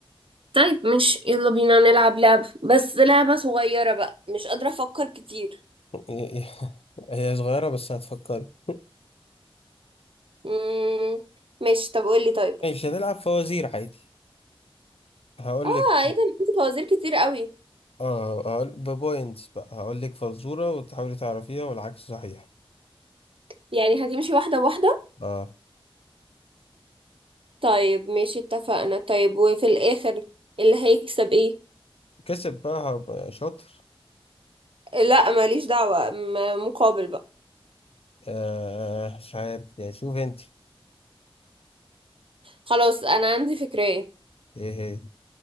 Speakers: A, on the right; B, on the left.
A: طيب مش يلا بينا نلعب لعبة بس لعبة صغيرة بقى مش قادرة أفكر كتير
B: <laughs> هي هي صغيرة بس هتفكري
A: مم. ماشي طب قولي طيب
B: مش هنلعب فوازير عادي هقول
A: اه
B: لك
A: ايه ده أنا عندي فوازير كتير قوي
B: اه هقول ببوينتس بقى هقول لك فزورة وتحاولي تعرفيها والعكس صحيح
A: يعني هتمشي واحدة واحدة
B: اه
A: طيب ماشي اتفقنا طيب وفي الآخر اللي هيكسب ايه
B: كسب بقى هبقى شاطر
A: لا ماليش دعوة م- مقابل بقى
B: آه مش عارف يعني شوف انت
A: خلاص أنا عندي فكرة
B: ايه هي